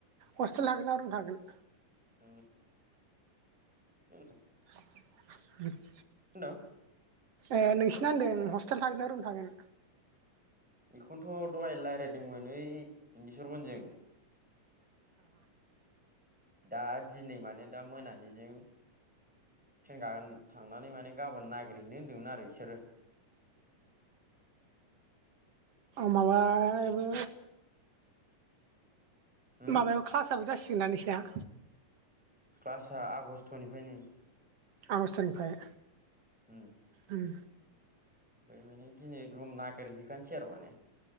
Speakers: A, on the right; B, in the centre.
A: हस्टेल थागोन न रुम थागोन
B: उम <unintelligible>
A: <inaudible>
B: होनदों
A: ए नोंसिना होनदों हस्टेल थागोन ना रुम थागोन
B: बेखौनोथ' दहाय रायलायदोंमोन ओइ इदिसरमोनजों दा दिनै माने दा मोनानिजों ट्रेन आ थांनानै माने गाबोन नागिरहैनो होनदोंमोन आरो बिसोरो
A: माबाबो
B: उम
A: माबायाव क्लासाबो जासिगोन ना नोंसिना
B: क्लासआ आगस्टनिफ्रायनो
A: आगष्तनिफ्राय
B: ओम
A: ओम
B: ओमफाय माने दिनै रुम नागिरहैखानोसै आरो माने